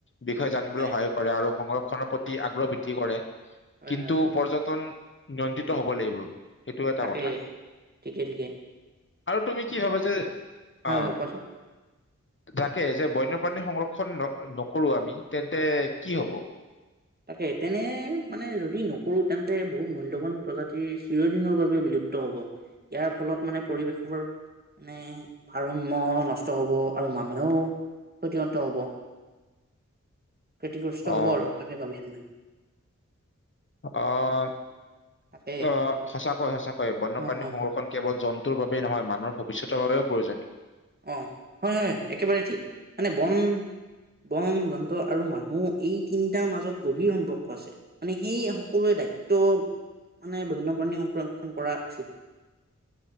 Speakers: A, on the left; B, on the right.
A: বিষয়ে জানিবলৈ
B: এ
A: সহায় কৰে আৰু সংৰক্ষ খনৰ প্ৰতি আগ্ৰহ বৃদ্ধি কৰে।
B: হয়
A: কিন্তু
B: হয় হয়
A: পৰ্যটন। নিয়ন্ত্ৰিত হ'ব লাগিব। সেইটো এটা
B: তাকে
A: কথা
B: ঠিকে ঠিক।
A: আৰু তুমি কি ভাবা যে
B: হয়
A: অ
B: হয় কোৱাচোন
A: তাকে যে বন্যপ্ৰাণী সংৰক্ষ খন নকৰোঁ আমি তেন্তে কি হ'ব?
B: তাকে তেনে মানে যদি নকৰোঁ তেন্তে বহুত মূল্যবান প্ৰজাতি চিৰদিনৰ বাবে বিলুপ্ত হ'ব। ইয়াৰ ফলত মানে পৰিৱেশৰ মানে ভাৰসাম্য নষ্ট হ'ব ।আৰু মানুহেও ক্ষতিগত হ'ব। ক্ষতিগ্ৰস্ত
A: অ
B: হ'ব আৰু। যাবিচোন
A: আহ
B: তাকে
A: অ সঁচাকৈ সঁচাকৈ বন্যপ্ৰাণীৰ
B: অ হয়
A: সংৰক্ষণ
B: হয়
A: কেৱল জন্তু বাবেই নহয় মানুহৰ ভৱিষ্যতৰ বাবেও প্ৰয়োজনীয়।
B: অ হয় হয় একেবাৰে ঠিক মানে ।বন বন যন্ত্ৰ আৰু মানুহ এই তিনিটাৰ মাজত গভীৰ সম্পৰ্ক আছে। মানে সেই সকলোৱে দায়িত্ব মানে বন্যপ্ৰাণী সংৰক্ষণ কৰা উচিত।